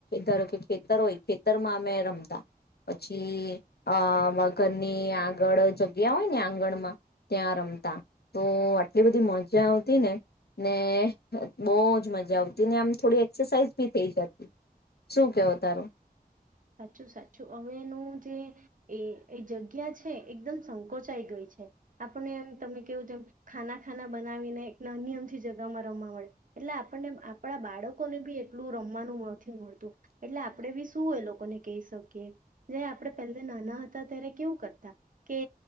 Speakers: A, on the left; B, on the right.
A: ધારો કે ખેતર હોય ખેતરમાં અમે રમતા, પછી અહ વ ઘરની આગળ જગ્યા હોય ને આં ગડમાં ત્યાં રમતા તો આટલી બધી મજા આવતી ને, ને બહુ જ મજા આવતી, ને આમ થોડી એક્સરસાઝ બી થઈ જતી. શું કેવ તારું?
B: સાચું-સાચું. હવે એનું જે એ-એ જગ્યા છે એકદમ સંકોચાઈ ગઈ છે. આપને એમ તમે કેવું જેમ ખાના-ખાના બનાવીને એક નાની અમથી જગામાં રમવા મળે એટલે આપણને આપણા બાળકોને બી એટલું રમવાનું નથી મળતું, એટલે આપણે બી શું એ લોક લોકોને કહી શકીએ, જે આપણે પહેલે નાના હતા ત્યારે કેવું કરતા, કે